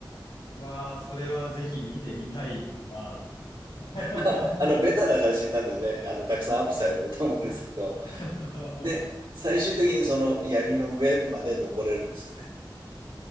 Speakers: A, on the left; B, on the right.
A: わあ、それはぜひ見てみたいな。<laughs> は
B: <laughs> まあ、あの、ベタな写真なんでね、あの、たくさんアップされてると思うんですけど、
A: い。<laughs>
B: で、最終的にその槍の上まで登れるんですよね。